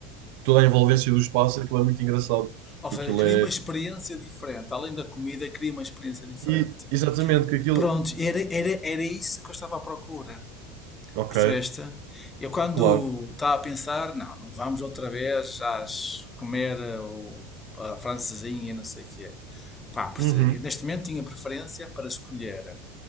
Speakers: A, on the right; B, on the left.
A: toda a envolvência do espaço, aquilo é muito engraçado.
B: Ou seja,
A: Aquilo
B: queria
A: é...
B: uma experiência diferente. Além da comida, queria uma experiência diferente.
A: E, exatamente, que aquilo...
B: Pronto, era, era, era isso que eu estava à procura.
A: Ok,
B: Percebeste? Eu quando
A: claro.
B: estava a pensar, não, não vamos outra vez às comer eh, o- a francesinha, e não sei o quê. Pá, perce-
A: Uhum.
B: eu neste momento tinha preferência para escolher